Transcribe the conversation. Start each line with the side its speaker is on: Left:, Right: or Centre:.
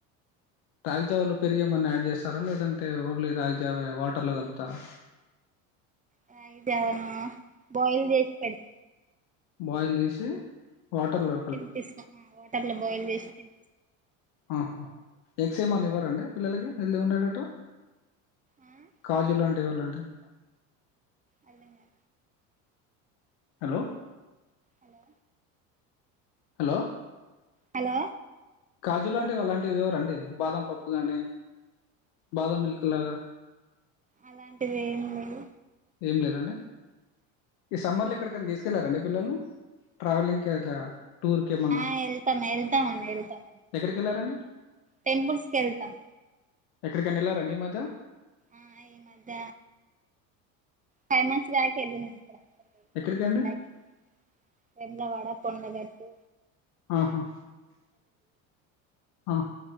Left: హ రాగిజావాలో పెరుగు ఏమి అన్న యాడ్ చేస్తారా లేదంటే ఓన్లీ రాగిజావే వాటర్లో కలుపుతారా
Right: రాగి జావా ను బాయిల్ చేసి పెడ్
Left: బాయిల్ చేసి వాటర్ లో
Right: తినిపిస్తా ఆ వాటర్లో బాయిల్ చేసి తినీ
Left: ఆహా ఎగ్స్ ఏం అన్నా ఇవ్వరా అండి పిల్లలకి హెల్దీ ఉండే టట్టు
Right: అర్థం
Left: కాజు లాంటివి అలాంటివి
Right: అర్థం కాలే
Left: హలో
Right: హలో
Left: హలో
Right: హలో
Left: కాజు లాంటివి ఎలాంటివి ఇవ్వరా అండి బాదం పప్పు కానీ బాదం మిల్క్ లాగా
Right: అలాంటి వి ఏం లేదు
Left: ఏం లేదండి ఈ సమ్మర్ లో ఎక్కడికన్నా తీసి తీసుకెళ్లారండి పిల్లల్ని ట్రావెలింగ్ కి అట్లా టూర్కి ఏమన్నా
Right: ఆ వెళ్తాం వెళ్తాం అండి వెళ్తాం
Left: ఎక్కడికి వెళ్ళారండి
Right: టెంపుల్స్ కి వెళ్తాం
Left: ఎక్కడికైనా వెళ్లారండి ఈ మధ్య
Right: ఆ ఈ మధ్య ఫైవ్ మంత్స్ బ్యాక్ వెళ్లినం ఇక్కడంత
Left: ఎక్కడికండి
Right: బ్యాక్ వెళ్ <unintelligible> వేములవాడ కొండగట్టు
Left: ఆహా హా